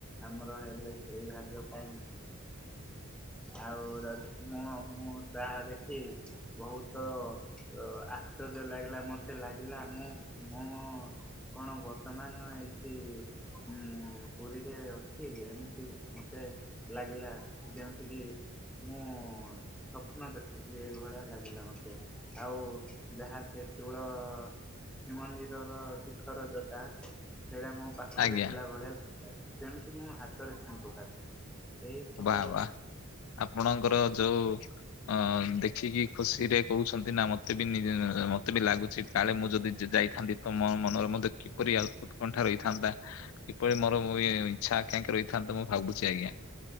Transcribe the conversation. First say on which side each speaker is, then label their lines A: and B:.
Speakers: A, in the centre; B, on the left.
A: ଆମର ହେଲେ ସେଇ ଭାଗ୍ୟ କାଇଁ। ଆଉ ମୁଁ-ମୁଁ ତାହା ଦେଖି ବହୁତ ତ ଆଶ୍ଚର୍ଯ୍ୟ ଲାଗିଲା ମତେ ଲାଗିଲା, ମୁଁ-ମୁଁ କଣ ବର୍ତ୍ତମାନ ଏଇଠି ହୁଁ ପୁରୀରେ ଅଛି ଏମ୍ତି ମତେ ଲାଗିଲା ଯେମ୍ ତିକି ମୁଁ ସ୍ୱପ୍ନ ଦେଖୁଚି ଏଇଭଳିଆ ଲାଗିଲା ମତେ। ଆଉ ଯାହା ସେ ଚୁଳ ଶ୍ରୀମନ୍ଦିରର ଶିଖର ଜଟା, ସେଇଟା ମୋ ପାଖରେ
B: ଆଜ୍ଞା
A: ଥିଲା ଭଳିଆ <unintelligible> ଯେମ୍ତି ମୁଁ ହାତରେ ଠେମ୍ପ କାଟ ଏହି ପ୍ରକାର
B: ବା ବା ଆପଣଙ୍କର
A: ହଁ
B: ଯୋଉ ଅ ଦେଖିକି ଖୁସିରେ କହୁଛନ୍ତି ନା ମତେ ବି ମତେ ବି ଲାଗୁଛି କାଳେ ମୁଁ ଯଦି ଯାଇଥାନ୍ତି ତ ମୋ ମନରେ ମଧ୍ୟ କିପରି ଉତ୍କଣ୍ଠା ରହିଥାନ୍ତା। କିପରି ମୋର ଇଚ୍ଛା ଆକାଂକ୍ଷା ରହିଥାନ୍ତା ମୁଁ ଭାବୁଚି ଆଜ୍ଞା।